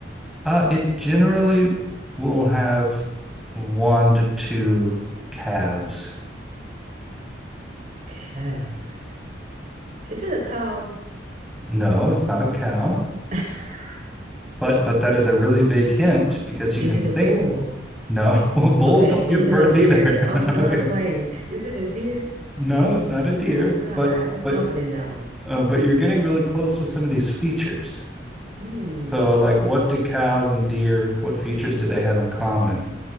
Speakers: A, in the centre; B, on the right (about 40°).
A: Uh, it generally will have one to two calves.
B: Calves. Is it a cow?
A: No, it's not a cow.
B: <laughs>
A: But but that is a really big hint because you
B: Is
A: can
B: it
A: think
B: a bull?
A: no, <laughs> well, bulls
B: Okay,
A: don't give
B: is it
A: birth
B: a deer?
A: either.
B: I'm
A: <laughs>
B: done
A: Okay.
B: playing. Is it a deer?
A: No, it's not a deer,
B: Oh my God,
A: but
B: I was
A: but
B: confident in that one.
A: uh, but you're getting really close with some of these features.
B: Hmm.
A: So, like, what do cows and deer, what features do they have in common?